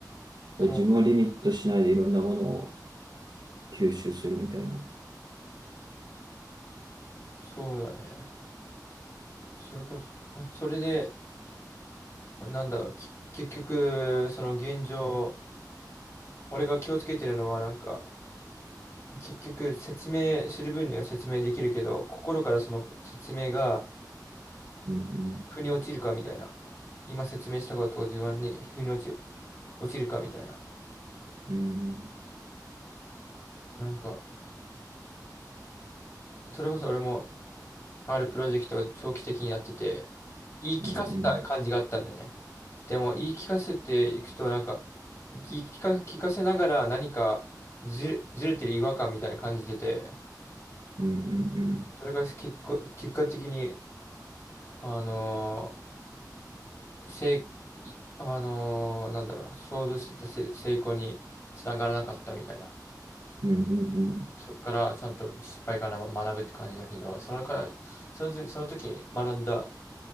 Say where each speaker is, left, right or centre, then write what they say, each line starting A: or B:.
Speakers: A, on the left; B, on the right.
A: そ
B: ぱり自分をリミットしないでいろんなものを吸収するみたいな。
A: う、そうだね。それこそ、それで、なんだろう、き結局、その現状、俺が気をつけてるのは、なんか、結局、説明する分には説明できるけど、心からその説明が、
B: うん
A: 腑に落ちるかみたいな。今説明したことを自分に腑に落ち、落ちるかみたいな。
B: うん。うんうん。
A: なんか、それこそ俺も、あるプロジェクトを長期的にやってて、言い聞かせた感じがあったんだよね。
B: うんうん
A: でも、言い聞かせていくと、なんか、言い聞か、聞かせながら何かずれ、ずれてる違和感みたいな感じでて、
B: うんうんうん。
A: それが結果、結果的に、あのーせい、いあのーなんだろう、想像してたせ成功につながらなかったみたいな。
B: うんうんうん。
A: そこからちゃんと失敗から学ぶって感じだけど、そのから、その時、その時に学んだ